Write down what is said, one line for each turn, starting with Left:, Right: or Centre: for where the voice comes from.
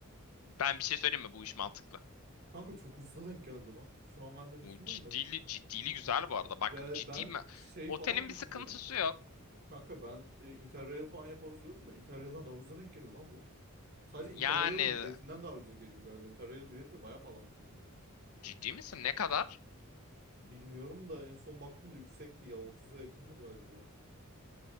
Left: Ben bir şey söyleyeyim mi? Bu iş mantıklı.
Right: Kanka çok ucuza denk geldi lan. Şu an ben de
Left: Bu
Right: düşündüm
Left: ciddili,
Right: de.
Left: ciddili güzel bu arada. Bak
Right: Ya
Left: ciddi
Right: ben
Left: mi?
Right: şey
Left: Otelin
Right: falan düşünüyordum.
Left: bir sıkıntısı yok.
Right: Kanka ben e, Interrail falan yaparız diyordum da Interrail'den daha ucuza denk geliyor lan bu. Sadece
Left: Yani
Right: Interrail'in biletinden daha ucuza geliyor galiba. Interrail biletleri bayağı pahalanmıştı çünkü.
Left: ciddi misin? Ne kadar?
Right: Bilmiyorum da en son baktığımda yüksekti ya 30'a yakındı galiba.